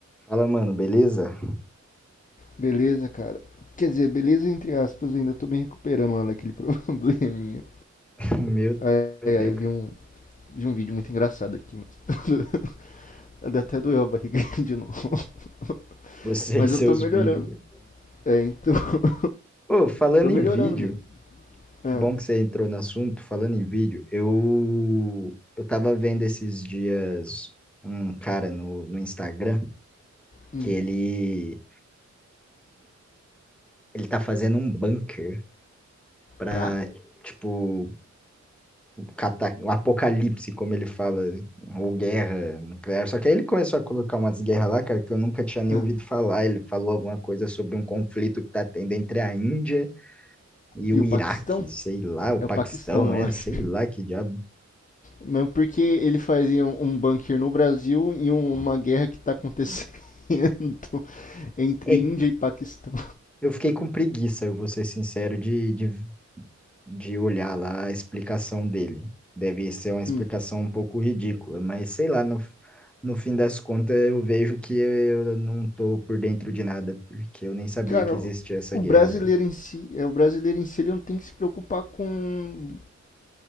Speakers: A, in the centre; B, on the left.
A: Fala, mano, beleza?
B: Beleza, cara. Quer dizer, beleza entre aspas, ainda tô me recuperando lá daquele <laughs> probleminha.
A: <laughs> Meu,
B: Ai,
A: meu
B: ai,
A: Deus,
B: ai, vi
A: cara.
B: um, vi um vídeo muito engraçado aqui, mas <laughs> até doeu a barriga <laughs> de novo. <laughs>
A: você
B: Mas
A: e seus
B: eu tô melhorando.
A: vídeos, velho.
B: É, então, <laughs>
A: Ô, falando
B: tô
A: em
B: melhorando,
A: vídeo,
B: mesmo Ah,
A: bom que você entrou no assunto, falando em vídeo, eu, eu tava vendo esses dias um cara no, no Instagram
B: hum,
A: que ele, ele tá fazendo um bunker pra,
B: pra?
A: tipo, cata- o apocalipse, como ele fala, ou guerra nuclear. Só que aí ele começou a colocar umas guerras lá, cara, que eu nunca tinha nem
B: Ah.
A: ouvido falar. Ele falou alguma coisa sobre um conflito que tá tendo entre a Índia e o
B: E o
A: Iraque,
B: Paquistão?
A: sei lá, o
B: É
A: Paquistão,
B: o Paquistão, eu
A: é,
B: acho.
A: sei lá que diabo.
B: Mesmo porque ele fazia um, um bunker no Brasil e um- uma guerra que tá acontecendo <laughs> entre
A: É,
B: Índia e Paquistão.
A: eu fiquei com preguiça, eu vou ser sincero, de, de, de olhar lá a explicação dele. Deve ser uma explicação
B: Hum.
A: um pouco ridícula, mas sei lá, no, no fim das contas eu vejo que eu não tô por dentro de nada, porque eu nem sabia
B: Cara,
A: que existia essa
B: o
A: guerra,
B: brasileiro
A: velho.
B: em si, é, o brasileiro em si ele não tem que se preocupar com,